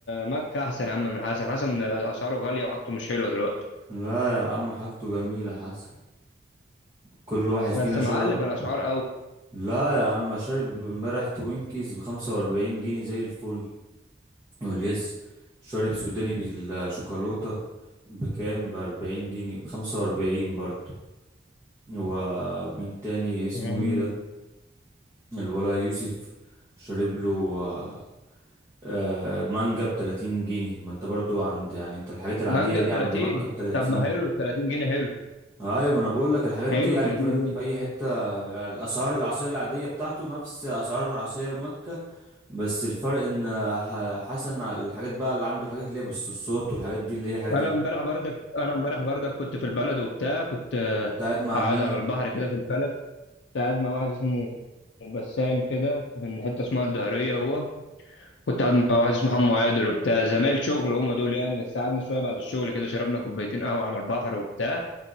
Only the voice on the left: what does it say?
مكة احسن يا عم من حسن حسن اسعاره غالية وحاجته مش حلوة دلوقتي
بس
معلي
في الاسعار
قوي
مانجا
ب 30
طب ما حلو 30 جنيه حلو
حلو
30
جنيه
انا
امبارح بردك انا امبارح بردك كنت في البلد وبتاع كنت آه،
قاعد
على البحر كده في البلد كنت قاعد مع واحد اسمه بسام كده من حته اسمها الدهريه هو كنت قاعد مع واحد اسمه حمو عادل وبتاع زمايل شغل هم دول يعني بس قعدنا شويه بعد الشغل كده شربنا
كوبايتين قهوه على البحر وبتاع